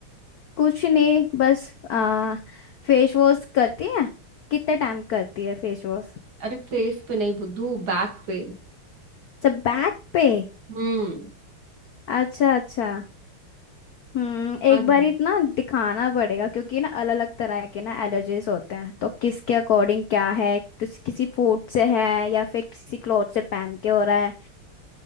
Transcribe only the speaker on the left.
कुछ नहीं बस आ, फेस वॉश करती है कितने टाइम करती है फेस वॉश
अच्छा बैक पे
अच्छा अच्छा हम्म एक
बार इतना दिखाना पड़ेगा क्योंकि ना अलग अलग तरह के ना एलर्जीज होते हैं तो किसके अकॉर्डिंग क्या है किस किसी फूड से है या फिर किसी क्लॉथ से पहन के हो रहा है